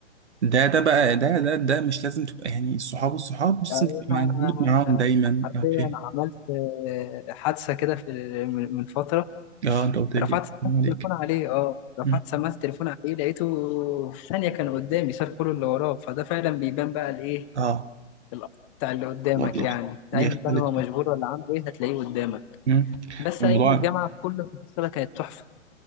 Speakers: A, on the right; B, on the left.
A: ده ده بقى ده ده ده مش لازم تبقى يعني الصحاب الصحاب مش
B: أنا
A: لازم تبقى موجود معاهم دايما
B: حرفيا
A: اه في-
B: عملت حادثة كده في من من فترة
A: آه، انت قلت لي
B: رفعت سماعة
A: عليك
B: التليفون عليه اه رفعت
A: مم.
B: سماعة التليفون عليه لقيته في ثانية كان قدامي ساب كل اللي وراه فده فعلا بيبان بقى الايه
A: اه
B: الأثر بتاع اللي قدامك
A: الموضوع
B: يعني
A: بيخ- بيختلف
B: أيا كان هو مشغول ولا عنده ايه هتلاقيه قدامك
A: مم.
B: بس
A: الموضوع
B: أيام الجامعة كل تفصيلة كانت تحفة